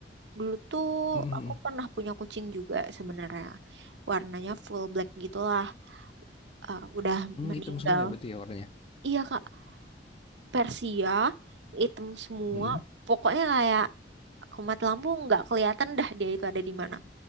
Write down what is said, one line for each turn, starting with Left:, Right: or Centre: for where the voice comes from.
Right: Dulu tuh
Left: hmm.
Right: aku pernah punya kucing juga sebenarnya. Warnanya full black gitulah. Eh, udah
Left: Hmm,
Right: meninggal.
Left: hitam semua ya betul ya warnanya
Right: Iya Kak Persia, hitam semua.
Left: hmm.
Right: Pokoknya kayak kumat lampu nggak kelihatan dah dia itu ada di mana.